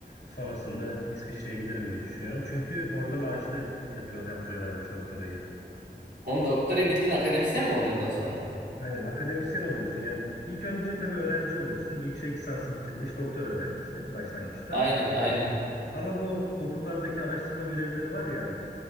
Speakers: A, on the left; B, on the right.
A: sonrasında İsviçre'ye giderim diye düşünüyorum. Çünkü orada maaşlı yapıyor yaptırıyorlarmış doktorayı.
B: Oğlum doktora bildiğin akademisyen mi olacaksın daha sonra?
A: Aynen akademisyen oluyorsun. Yani ilk önce tabii öğrenci oluyorsun. Yüksek lisansı bitirmiş doktor öğrencisi başlangıçta.
B: Aynen, aynen.
A: Ama bu okullardaki araştırma görevlileri var ya hani